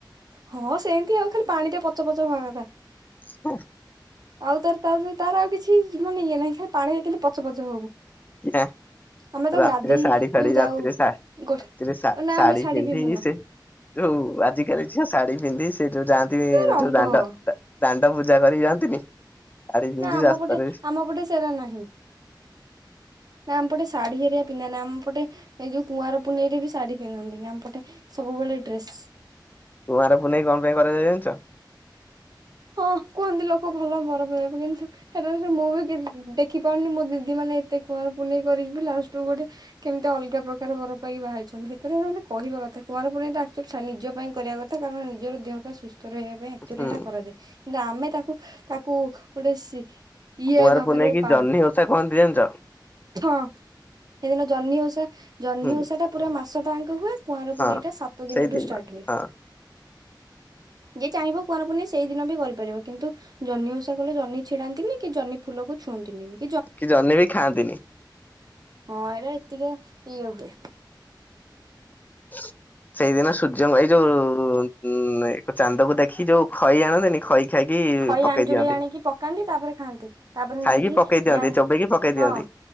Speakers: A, on the right (about 55°); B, on the left (about 20°).
A: ହଁ ସେଏନ୍ତି ଆଉ ଖାଲି ପାଣିରେ ପଚ ପଚ ହବା କଥା।
B: <unintelligible> ହ
A: ଆଉ ତାର ତାର ତାର ଯ ଆଉ କିଛି ମାନେ ଇଏ ନାହିଁ ଖାଲି ପାଣିରେ ଖାଲି ପଚ ପଚ ହବୁ।
B: କିରା <unintelligible>
A: ଆମେ ତ
B: ରାତିରେ
A: ଗାଧେଇ
B: ଶାଢ଼ୀ ଫାଢୀ
A: ଯୋଉ
B: ରାତିରେ
A: ଯାଉ
B: ଶା ରାତିରେ
A: ଗୋ
B: ଶା
A: ନା
B: ଶାଢ଼ୀ
A: ଆମେ ଶାଢୀ
B: ପିନ୍ଧିକି
A: ପିନ୍ଧୁନା
B: ସେ ଯୋଉ ଆଜିକାଲି ଝିଅ ଶାଢୀ ପିନ୍ଧି ସେଇ ଯୋଉ ଯାଆନ୍ତି
A: ରଙ୍ଗ
B: ଯୋଉ ଦାଣ୍ଡ ଦା ପୂଜା କରି ଯାଆନ୍ତିନି। ଶାଢ଼ୀ ପିନ୍ଧି
A: ନା ଆମ
B: ରାସ୍ତାରେ
A: ପଟେ ଆମ ପଟେ ସେରା ନାହିଁ ନା ଆମ ପଟେ ଶାଢୀ ହେରିକା ପିନ୍ଧନ୍ତିନି। ଆମ ପଟେ ଏଇ ଯୋଉ କୁଆଁର ପୁନେଇରେ ବି ଶାଢୀ ପିନ୍ଧନ୍ତିିନି ଆମ ପଟେ ସବୁବେଳେ ଡ୍ରେସ୍।
B: କୁଆଁର ପୁନେଇ କଣ ପାଇଁ କରାଯାଏ ଜାଣିଚ?
A: ହଁ କୁହନ୍ତି ଲୋକ ଭଲ ବର ପାଇବା ପାଇଁ କିନ୍ତୁ <unintelligible> ମୁଁ ବି ଦେଖ୍ ଦେଖିପାରୁନି ମୋ ଦିଦି ମାନେ ଏତେ କୁଆଁର ପୁନେଇ କରିକି ବି ଲାଷ୍ଟକୁ ଗୋଟେ କେମତି ଅଲଗା ପ୍ରକାର ବର ପାଇକି ବାହା ହେଇ ଚନ୍ତି ସେଥିରେ ହେଲେ କହିବା କଥା। କୁଆଁର ପୁନେଇଟା ଆକ୍ଚୁଆଲି ନିଜ ପାଇଁ କରିବା କଥା କାରଣ ନିଜର ଦେହ ପା ସୁସ୍ ସ୍ଥ ରହିବା ପାଇଁ ଆକ୍ଚୁଆଲି
B: ହୁଁ
A: ଏଟା କରାଯାଏ। କିନ୍ତୁ ଆମେ ତାକୁ ତାକୁ ଗୋଟେ ସି ଇଏ
B: କୁଆଁର
A: ଭାବରେ
B: ପୁନେଇ କି
A: ପା
B: ଜହ୍ନି ଓଷା କହନ୍ତି ଜାଣିଛ?
A: ହଁ। ସେଇଦିନ ଜହ୍ନି ଓଷା ଜହ୍ନି
B: ହୁଁ
A: ଓଷାଟା ପୁରା ମାସଟାଙ୍କ ହୁଏ। କୁଆଁର
B: ହଁ
A: ପୁନେଇଟା ସାତ ଦିନରୁ
B: ସେଇଦିନ
A: ଷ୍ଟାର୍ଟ ହୁଏ।
B: ହଁ।
A: ଯିଏ ଚାହିଁବ କୁଆଁର ପୁନେଇ ସେଇ ଦିନ ବି କରିପାରିବ କିନ୍ତୁ ଜହ୍ନି ଓଷା କଲେ ଜହ୍ନି ଛିଡାନ୍ତିନି କି ଜହ୍ନି ଫୁଲକୁ ଛୁଅନ୍ତିନି ବି।
B: କି ଜହ୍ନି ବି ଖାଆନ୍ତିନି।
A: ହଁ ଏଇଟା ଏତିକ ଇଏ ହୁଏ।
B: <unintelligible> ସେଇଦିନ ସୂର୍ଯ୍ୟଙ୍କୁ ଏଇ ଯୋଉ ଉମ୍ ଚାନ୍ଦକୁ ଦେଖି ଯୋଉ ଖଇ ଆଣନ୍ତିନି ଖଇ? ଖାଇକି
A: ଖଇ
B: ପକେଇ
A: ଆଞ୍ଜୁଳି
B: ଦିଅନ୍ତି
A: ଆଣିକି ପକାନ୍ତି ତାପରେ ଖାଆନ୍ତି। ତାପରେ
B: ଖାଇକି
A: ନେଇକି
B: ପକେଇ ଦିଅନ୍ତି
A: ଯାଆନ୍ତି।
B: ଚୋବେଇକି ପକେଇ
A: ହଁ
B: ଦିଅନ୍ତି।